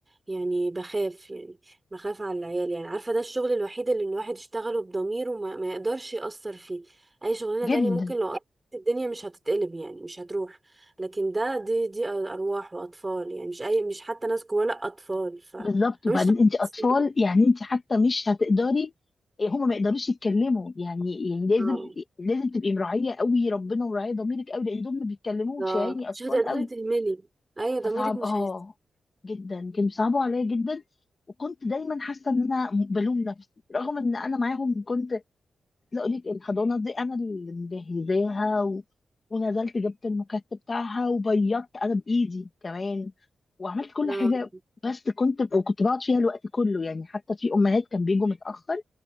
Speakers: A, on the right; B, on the left.
A: يعني بخاف يعني بخاف على العيال يعني عارفة ده الشغل الوحيد اللي الواحد يشتغله بضمير وما ما يقدرش يأثر فيه اي شغلانة
B: جدا
A: تانية ممكن لو قدرت الدنيا مش هتتقلب يعني مش هتروح لكن ده دي دي ارواح واطفال يعني مش اي مش حتى ناس جوه لا اطفال ف
B: بالظبط وبعدين
A: فمش طبيعي.
B: انت اطفال يعني انت حتى مش هتقدري هما ما يقدروش يتكلموا يعني يعني لازم
A: اه
B: لازم تبقي مراعيه قوي ربنا ومراعيه ضميرك قوي لان دول ما بيتكلموش
A: آه،
B: يعني اطفال
A: مش هتقدري
B: قوي
A: تهملي ايوه
B: فصعب
A: ضميرك مش
B: اه
A: هيس
B: جدا كانوا بيصعبوا عليا جدا وكنت دايما حاسه ان انا بلوم نفسي رغم ان انا معاهم كنت عايزه اقول لك الحضانه دي انا اللي مجهزاها و... ونزلت جبت المكتب بتاعها وبيضت انا بايدي كمان وعملت كل
A: آه،
B: حاجه بس كنت وكنت بقعد فيها الوقت كله يعني حتى في امهات كان بيجوا متاخر